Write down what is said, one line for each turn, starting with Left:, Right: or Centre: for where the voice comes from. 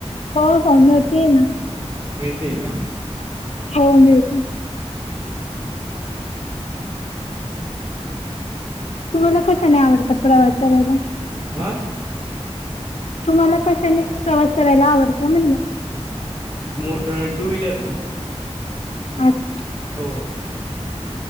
Left: हो हो मिळते ना
Right: मिळतेय का?
Left: हो मिळते. तुम्हाला कशा न आवडत प्रवास करायला.
Right: हा.
Left: तुम्हाला कशानी प्रवास करायला आवडतं म्हणलं.
Right: मो टू व्हीलरने.
Left: अच्छा.
Right: हो.